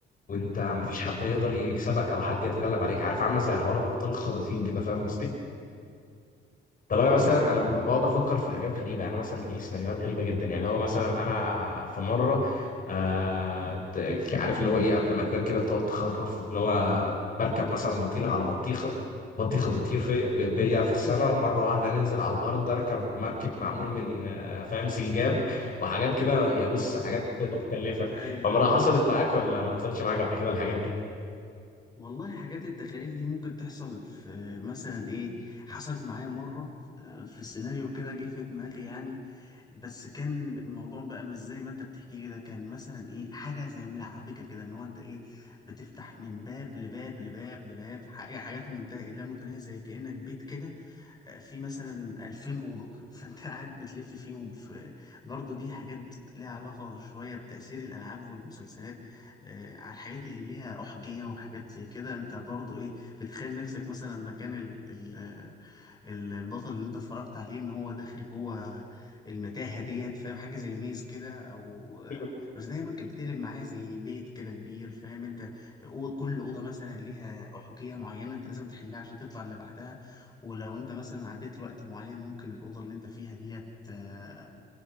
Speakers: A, on the left; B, on the left.
A: وانت مفيش حد يقدر يكسبك او حد يتغلب عليك عارف عامله زي حوار الابطال الخارقين كده فاهم قصدي طب انا مثلا
B: ايوه
A: انا بقعد افكر في حاجات غريبه يعني أنا مثلا بيجي لي سيناريوهات غريبه جدا يعني اللي هو مثلا انا في مره آه ت- عارف اللي هو ايه قبل ما تنام كده بتقعد تخرف اللي هو بركب مثلا بطيخه على بطيخه بطيخه بتطير في ب- بيا
B: <laughs>
A: في السماء ومره واحده ننزل على الارض اركب مركب معمول من آه، فاهم سنجاب وحاجات كده يا بص حاجات متكلفه
B: ايوه
A: عمرها
B: ايوه
A: حصلت معاك ولا ما حصلتش معاك قبل كده الحاجات دي
B: والله حاجات التخاريف دي ممكن تحصل في مثلا ايه حصلت معايا مرة آه، في السيناريو كده جه في دماغي يعني بس كان الموضوع بقى مش زي ما انت بتحكي كده كان مثلا ايه حاجة زي ملعبكة كده ان هو انت ايه بتفتح من باب لباب لباب لباب ح- إيه، حاجات منتهية لا متناهية زي كأنك بيت كده آه، في مثلا 2000 أوضة <laughs> فانت قاعد بتلف فيهم في برضه دي حاجات ليها علاقة شوية بتأثير الألعاب والمسلسلات آه، على الحاجات اللي ليها أحجية وحاجات زي كده انت برضو ايه بتخيل نفسك مثلا مكان ال ال ال- البطل اللي انت اتفرجت عليه ان هو داخل جوه المتاهة ديت فاهم حاجة زي ميز كده او آه،
A: <laughs>
B: بس دايما كانت بتقلب معايا زي بيت كده كبير فاهم انت أو- كل أوضة مثلا ليها أحجية معينة انت لازم تحلها عشان تطلع اللي بعدها ولو انت مثلا عديت لوقت معين ممكن الأوضة اللي انت فيها ديت آه،